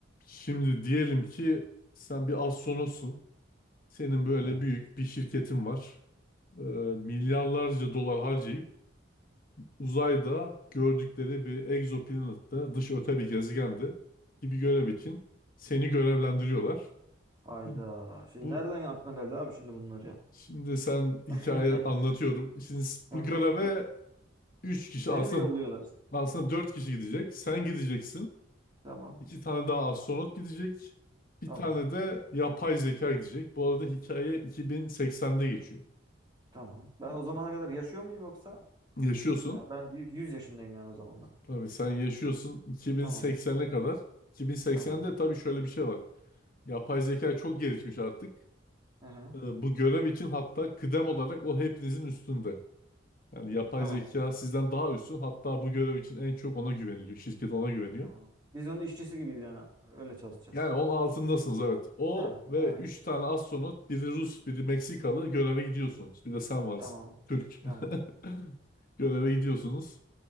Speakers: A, on the left; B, on the right.
A: Şimdi diyelim ki sen bir astronotsun. Senin böyle
B: Evet.
A: büyük bir şirketin var. Ee, milyarlarca dolar harcayıp uzayda gördükleri bir egzoplanette, dış öte bir gezegende gibi görev için seni görevlendiriyorlar.
B: Hayda.
A: Bu,
B: Şimdi
A: bu
B: nereden aklına geldi abi şimdi bunlar ya?
A: şimdi sen hikaye
B: <laughs>
A: anlatıyorum. Şimdi s-
B: Hı
A: bu
B: hı.
A: göreve 3 kişi
B: Beni
A: aslında
B: mi yolluyorlar?
A: aslında 4 kişi gidecek. Sen gideceksin.
B: Tamam.
A: İki tane daha astronot gidecek. Bir
B: Tamam.
A: tane de yapay zeka gidecek. Bu arada hikaye 2080'de geçiyor.
B: Tamam. Ben
A: İki-
B: o zamana kadar yaşıyor muyum yoksa?
A: Yaşıyorsun.
B: Ya ben 100 yaşındayım yani o zaman ben.
A: Tabii sen yaşıyorsun 2080'e
B: Tamam.
A: kadar. 2080'de
B: Tamam.
A: tabii şöyle bir şey var. Yapay zeka çok gelişmiş artık.
B: Hı hı.
A: Ee, Bu görev için hatta kıdem olarak o hepinizin üstünde. Yani yapay
B: Tamamdır.
A: zeka sizden daha üstün. Hatta bu görev için en çok ona güveniliyor. Şirket ona güveniyor.
B: Tamam. Biz onun işçisi gibiyiz yani. Öyle çalışacağız.
A: Yani onun altındasınız evet. O
B: Ha,
A: ve
B: ha.
A: 3 tane astronot, biri Rus, biri Meksikalı göreve gidiyorsunuz. Bir de sen varsın.
B: Tamam.
A: Türk.
B: Tamam.
A: <laughs> Göreve gidiyorsunuz.